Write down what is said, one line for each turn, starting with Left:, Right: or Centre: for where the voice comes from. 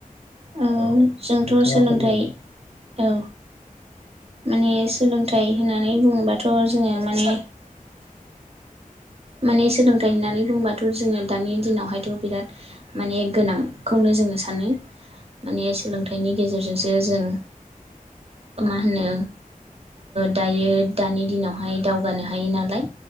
Right: औ
Left: औ
Right: जोंथ'
Left: नोंथाङा
Right: सोलोंथाइ
Left: फोरमायदो
Right: औ माने सोलोंथाइ होननानै बुङोबाथ' जोङो माने माने सोलोंथाइ होननानै बुंबाथ' जोङो दानि दिनावहायथ' बिराद माने गोनांखौनो जोङो सानो माने सोलोंथाइनि गेजेरजोंसो जों मा होनो दायो दानि दिनावहाय दावगानो हायो नालाय